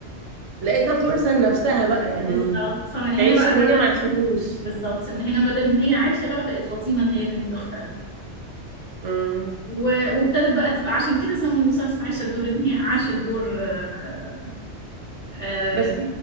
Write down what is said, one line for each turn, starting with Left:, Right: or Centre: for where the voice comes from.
Right: لقيتها فرصة لنفسها بقى يعني
Left: بالظبط فمن هنا
Right: تعيش
Left: بقى
Right: اللي
Left: بدل
Right: هي ما عرفتوش
Left: <laughs> بالظبط من هنا بدل ما هي عايشة بقى بقت فاطمة إن هي بنت أختها
Right: أمم.
Left: و- وابتدت بقى تبقى عشان كده سموا المسلسل عايشة الدور إن هي عاشت دور آه، آه،
Right: بس